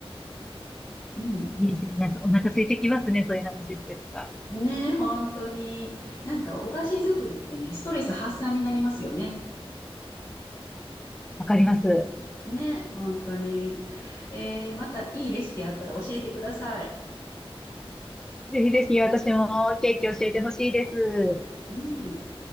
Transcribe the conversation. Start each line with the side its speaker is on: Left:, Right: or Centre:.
Left: うん。
Centre: いいですね。なんかお腹空いてきますね、そういう話してると。
Left: ねえ、本当に。なんかお菓子作りってね、ストレス発散になりますよね。
Centre: わかります。
Left: ねえ、本当に。えーまたいいレシピあったら教えてください。
Centre: ぜひぜひ私もケーキ教えてほしいです。
Left: うん。